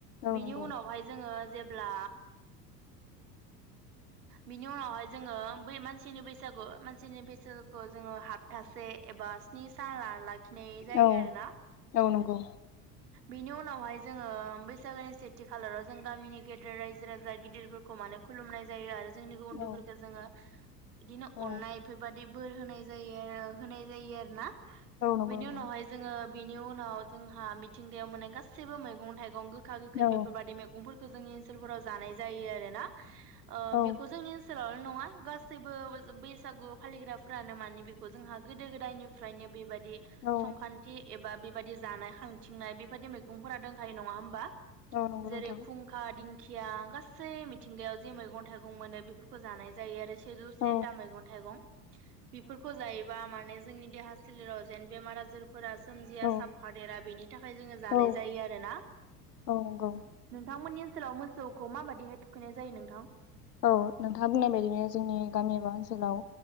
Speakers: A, on the left; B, on the right.
A: औ
B: बिनि
A: नंगौ
B: उनावहाय जोङो जेब्ला बिनि उनावहाय जोङो बै मानसि टिनि बैसागु मानसिनि बैसागुखौ जोङो हाबथासे एबास <unintelligible> थिनाय जायो
A: औ
B: आरो ना
A: औ नंगौ
B: बिनि उनावहाय जोङो बैसागोनि सेथि खालाराव जों गामिनि गेदेर रायजो राजा गिदिरफोरखौ मानोख खुलुमनाय जायो आरो जोंनिबो उन्दैफोरखौ
A: औ
B: जोङो बिदिनो
A: औ
B: अननाय बेफोरबायदिब बोर होनाय जायो आरो होनाय जायो आरो ना
A: औ नंगौ
B: बेनि
A: नोंथां
B: उनावहाय जोङो बेनि उनाव जोंहा मिथिंगायाव मोननाय गासैबो मैगं थाइगं गो खा गोखै
A: औ
B: बेफोरबायदि मैगं फोर खो जोंनि ओनसोलफोराव जानाय जायो आरो ना ओ
A: औ
B: बेखौ जोंनि ओनसो सोलावल' नङा गासैबो बैसागु फालिग्राफोरानो माने बेखौ जोंहा गोदो गोदायनिफ्रायनो बेबा दि
A: औ
B: संख्रान्ति एब बा बेबायदि जानाय खांथिंनाय बेबायदि मैगंफोरा दंखायो नङा होमबा
A: औ नंगौ
B: जेरै
A: नोंथां
B: खुुंखां दिं खिया गासै मि थिंगायाव जे मैगं थाइगं मोनो बेफोरखौ जानाय जायो आरो सेजौ सेथा
A: औ
B: मैगं थाइगं बेफोरखौ जायोबा माने जोंनि देहा सोलेराव जेन बेमार आजारफोरा सोमजिया
A: औ
B: साबफादेरा बेनि थाखाय जोङो जानाय
A: औ
B: जायो आरोना
A: औ नंगौ
B: नोंथांमोननि सोलाव मोसौखौ माबायदिहाय थु खैनाय जायो नोंथां?
A: औ नोंथाङा बुंनाय बायदिनो जोंनि गामि एबा ओनसोलाव